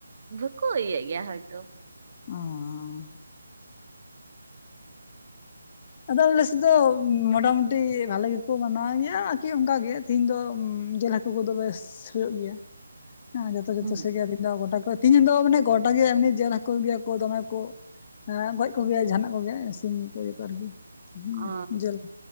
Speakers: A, on the right (about 40°); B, on the left (about 20°).
A: ᱵᱷᱩᱹᱠᱩ ᱤᱭᱟᱹᱜ ᱜᱮᱭᱟ ᱦᱚᱭᱛᱚ᱾
B: ᱚᱸᱻ ᱟᱫᱚ ᱟᱞᱮ ᱥᱮᱫ ᱫᱚ ᱢᱚᱴᱟ ᱢᱩᱴᱤ ᱵᱷᱟᱞᱮ ᱜᱮᱠᱚ ᱢᱟᱱᱟᱣ ᱜᱮᱭᱟ ᱟᱨᱠᱤ ᱚᱱᱠᱟ ᱜᱮ ᱛᱤᱦᱤᱧ ᱫᱚ ᱡᱤᱞ ᱦᱟᱹᱠᱩ ᱠᱚᱫᱚ ᱵᱮᱥ ᱦᱩᱭᱩᱜ ᱜᱮᱭᱟ ᱦᱮᱸ ᱡᱚᱛᱚ ᱡᱚᱛᱚ
A: ᱦᱩᱸ
B: ᱪᱟᱥᱤ ᱜᱮ ᱢᱤᱫ ᱫᱷᱟᱣ ᱜᱳᱴᱟ ᱠᱚ ᱛᱮᱦᱤᱧ ᱫᱚ ᱢᱟᱱᱮ ᱜᱚᱴᱟ ᱜᱮ ᱮᱢᱱᱤ ᱡᱮᱞ ᱦᱟᱹᱠᱳ ᱜᱮᱭᱟ ᱠᱚ ᱫᱚᱢᱮ ᱠᱚ, ᱮᱸ ᱜᱚᱡ ᱠᱚᱜᱮᱭᱟ ᱡᱟᱦᱟᱱᱟᱜ ᱠᱚᱜᱮ ᱥᱤᱢ ᱠᱚ ᱤᱭᱟᱹ ᱠᱚ ᱟᱨᱠᱤ, ᱦᱮᱸ
A: ᱚ
B: ᱡᱮᱞ